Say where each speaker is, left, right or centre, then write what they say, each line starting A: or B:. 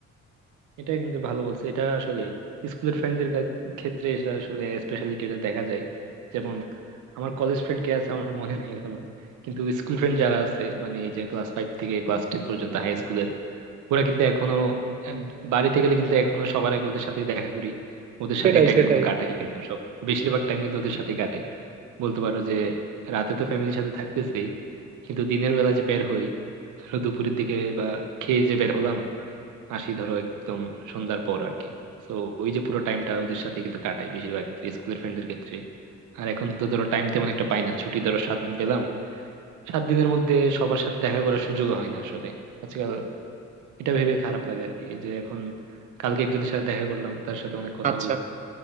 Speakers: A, on the right (about 80°); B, on the right (about 25°).
A: এটা কিন্তু ভালো বলছে এটা আসলে স্কুলের ফ্রেন্ডদের ক্ষেত্রে এটা আসলে স্পেশালিটি এটা দেখা যায় যেমন আমার কলেজ ফ্রেন্ড কে আছে আমার মনে নেই এখনো কিন্তু স্কুল ফ্রেন্ড যারা আছে মানে এই যে ক্লাস ফাইভ থেকে ক্লাস টেন পর্যন্ত হাই স্কুলের ওরা কিন্তু এখনো আহ, বাড়িতে গেলে কিন্তু এখনো সবার আগে ওদের সাথে দেখা করি ওদের
B: সেটাই
A: সাথে টাইম
B: সেটাই
A: গুলো কাটাই কিন্তু সব বেশিরভাগ টাইম কিন্তু ওদের সাথে কাটে বলতে পারো যে রাতে তো ফ্যামিলির সাথে থাকতেছেই কিন্তু দিনের বেলা যে বের হই ধরো দুপুরের দিকে বা খেয়ে যে বের হলাম আসি ধরো একদম সন্ধ্যার পর আর কি তো ওই যে পুরো টাইমটা ওদের সাথে কিন্তু কাটাই বেশিরভাগ ক্ষেত্রে স্কুলের ফ্রেন্ডদের ক্ষেত্রে আর এখন তো ধরো টাইম তেমন একটা পাই না ছুটি ধরো সাত দিন পেলাম সাত দিনের মধ্যে সবার সাথে দেখা করার সুযোগ হয় না আসলে আজকাল এটা ভেবে খারাপ লাগে আর কি এই যে এখন কালকে একজনের সাথে দেখা করলাম তার সাথে অনেক কথা
B: আচ্ছা
A: হলো